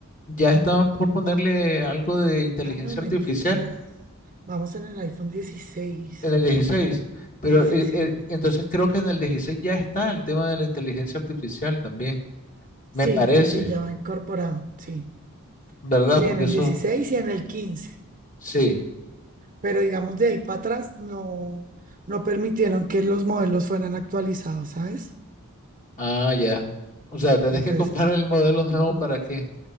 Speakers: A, on the left; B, on the right.
A: ya estaban por ponerle algo de inteligencia
B: Ah, no, mentiras.
A: artificial
B: Vamos en el iPhone 16.
A: en el dieciséis Pero
B: Sí,
A: eh,
B: sí, sí.
A: eh, entonces creo que en el 16 ya está el tema de la inteligencia artificial también.
B: Sí,
A: Me parece,
B: sí, ya va incorporado. Sí.
A: ¿verdad?
B: Sí,
A: Porque
B: en el
A: eso,
B: 16 y en el 15.
A: sí.
B: Pero digamos, de ahí para atrás no, no permitieron que los modelos fueran actualizados, ¿sabes?
A: Ah, ya. O sea, tenés
B: Entonces,
A: que comprar el modelo nuevo para que,